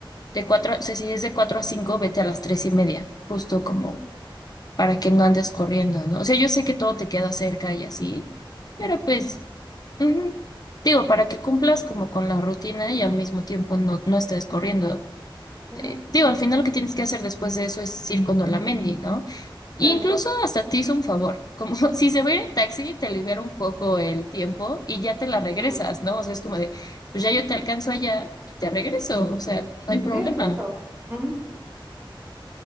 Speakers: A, on the left; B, on the right.
A: De cuatro, o sea, si es de cuatro a cinco, vete a las tres y media, justo como
B: Ujú,
A: para que no andes corriendo, ¿no? O sea, yo sé que todo te queda cerca y así, pero
B: ujú,
A: pues, ujú, digo, para que cumplas como con la rutina y al mismo tiempo no, no estés corriendo.
B: ujú,
A: Eh, digo, al final lo que tienes que hacer después de eso es ir con Olamendi, ¿no? E
B: Sí.
A: incluso hasta te hizo un favor, como <laughs> si se va a ir en taxi, te libera un poco el tiempo y ya te la regresas,
B: ujú.
A: ¿no? O sea, es como de, pues ya yo te alcanzo allá, te regreso, o sea, no hay problema.
B: Sí, exacto. Ujú.